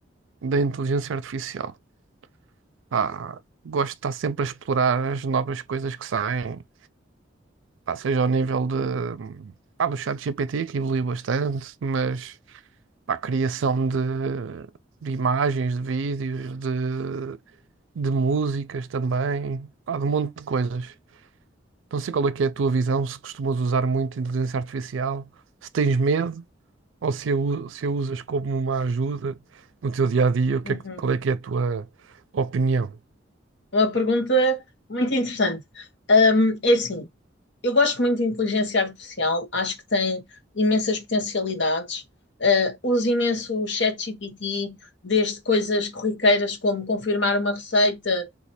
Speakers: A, on the right; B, on the left.
A: da inteligência artificial. Pá, gosto de estar sempre a explorar as novas coisas que saem, pá, seja ao nível de, pá, do ChatGPT, que evoluiu bastante, mas para a criação de, de imagens, de vídeos, de de músicas também, pá, de um monte de coisas. Não sei qual é que é a tua visão, se costumas usar muito inteligência artificial, se tens medo ou se a, u- se a usas como uma ajuda no teu dia a dia, o que
B: Uhum.
A: é que- qual é que é a tua opinião?
B: Uma pergunta muito interessante. Ahm, é assim, eu gosto muito de inteligência artificial, acho que tem imensas potencialidades. Ah, uso imenso o ChatGPT, desde coisas corriqueiras como confirmar uma receita,